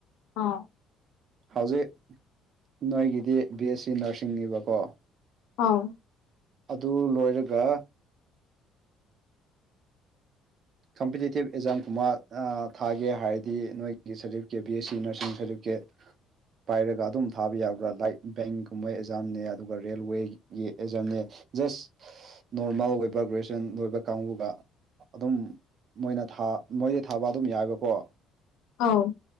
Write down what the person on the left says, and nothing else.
ꯑꯥ
ꯑꯥꯎ
ꯑꯥꯎ